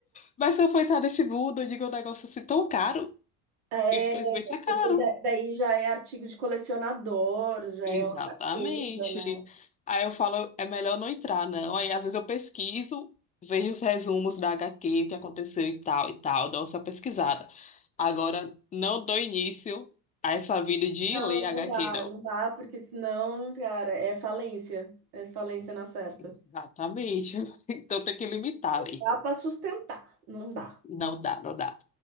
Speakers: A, on the left; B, on the right.
A: Mas se eu for entrar nesse mundo, eu digo, é um negócio assim tão caro.
B: É,
A: Infelizmente é caro.
B: porque da- daí já é artigo de colecionador, já
A: Exatamente.
B: é outra coisa, né?
A: Aí eu falo, é melhor não entrar, não. Aí às vezes eu pesquiso, vejo os resumos da HQ, o que aconteceu e tal e tal, dou essa pesquisada. Agora, não dou início a essa vida de
B: Não,
A: ler HQ,
B: não dá,
A: não.
B: não dá, porque senão, cara, é falência. É falência na certa.
A: Exatamente. <laughs> Então tem que limitar
B: Não
A: ali.
B: Dá pra sustentar, não dá.
A: Não dá, não dá.